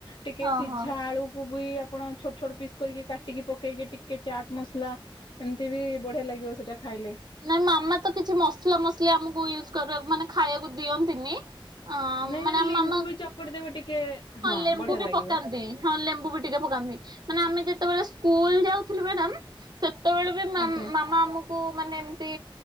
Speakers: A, on the left; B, on the right.
A: ଟିକେ
B: ଓହୋ।
A: ସିଝା ଆଳୁ ବି ଆପଣ ଛୋଟ ଛୋଟ ପିସ୍ କରିକି କାଟିକି ପକେଇକି ଟିକେ ଚାଟ୍ ମସଲା ଏମିତି ବି ବଢ଼ିଆ ଲାଗିବ ସେଇଟା ଖାଇଲେ।
B: ନାଇଁ ମାମା ତ କିଛି ମସଲା ମସଲି ଆମକୁ ୟୁଜ କରିବାକୁ ମାନେ ଖାଇବାକୁ ଦିଅନ୍ତିନି। ଅ
A: ନାଇଁ
B: ମାନେ
A: ଯଦି ଲିମ୍ବୁ
B: ଆମ ମାମା
A: ବି ଚକଟି ଦେବେ ଟିକେ ହଁ
B: ଲେମ୍ବୁ
A: ବଢିଆ
B: ବି
A: ଲାଗିବ।
B: ପକାନ୍ତି ହଁ ଲେମ୍ବୁ ବି ଟିକେ ପକାନ୍ତି ମାନେ ଆମେ ଯେତେବେଳେ ସ୍କୁଲ ଯାଉଥିଲୁ ମ୍ୟାଡମ ସେତେବେଳେ ମାମ
A: ଆଜ୍ଞା
B: ମାମା ଆମକୁ ମାନେ ଏମିତି